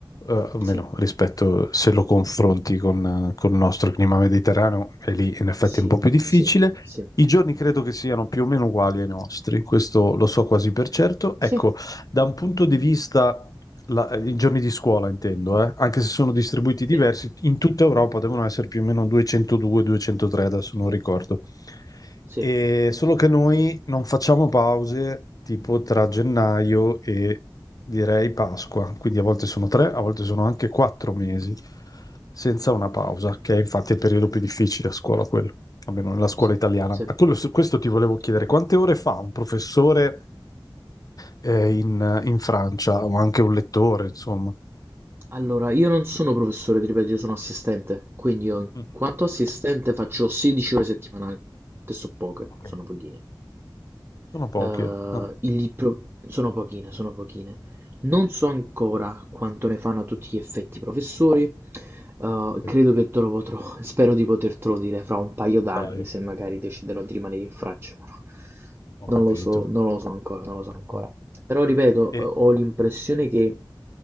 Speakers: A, on the left (about 45°); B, on the right (about 25°).
A: eh, almeno
B: sì,
A: rispetto se lo confronti con, eh, con il nostro clima mediterraneo, e lì in effetti
B: sì,
A: è un po' più difficile.
B: sì, sì.
A: I giorni credo che siano più o meno uguali ai nostri, questo lo so quasi per certo. Ecco,
B: Sì,
A: da un punto di vista, la- i giorni di scuola intendo, eh, anche se sono distribuiti diversi,
B: sì,
A: in tutta Europa devono essere più o meno 202-203, adesso non ricordo.
B: sì.
A: E solo che noi non facciamo pause tipo tra gennaio e direi Pasqua, quindi a volte sono tre, a volte sono anche quattro mesi senza una pausa, che è infatti il periodo più difficile a scuola quello almeno nella scuola
B: Sì,
A: italiana.
B: sì.
A: A quello- su questo ti volevo chiedere, quante ore fa un professore eh, in, in Francia o anche un lettore, insomma?
B: Allora, io non sono professore, ti ripeto, io sono assistente, quindi io in
A: Mm,
B: quanto assistente faccio 16 ore settimanali, che sono poche,
A: ok.
B: sono pochine.
A: Sono poche.
B: Eh,
A: Ah,
B: il pro- sono pochine, sono pochine. Non so ancora quanto ne fanno a tutti gli effetti i professori. eh,
A: ok.
B: credo che te lo potrò, <laughs> spero di potertelo dire fra un paio d'anni,
A: Dai,
B: se magari deciderò di rimanere in Francia. <laughs>
A: ho
B: Non
A: capito.
B: lo so, non lo so ancora, non lo so ancora. Però ripeto, ho
A: E,
B: ho l'impressione che